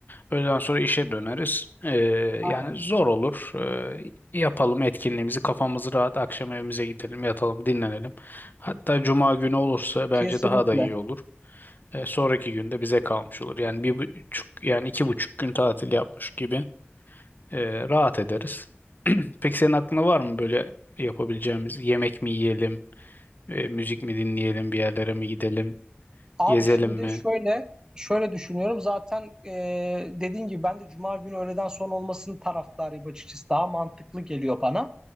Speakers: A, on the left; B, on the right.
A: öğleden sonra işe döneriz. Ee,
B: Abi,
A: yani zor olur. Ee, yapalım etkinliğimizi. Kafamız rahat. Akşam evimize gidelim, yatalım, dinlenelim. Hatta cuma günü olursa bence
B: kesinlikle.
A: daha da iyi olur. Ee, sonraki günde bize kalmış olur. Yani bir buçuk, yani iki buçuk gün tatil yapmış gibi. Ee, rahat ederiz. <clears throat> Peki senin aklında var mı böyle yapabileceğimiz yemek mi yiyelim, e, müzik mi dinleyelim, bir yerlere mi gidelim,
B: Abi
A: gezelim
B: şimdi
A: mi?
B: şöyle şöyle düşünüyorum. Zaten e, dediğin gibi ben de Cuma günü öğleden sonra olmasının taraftarıyım açıkçası. Daha mantıklı geliyor bana.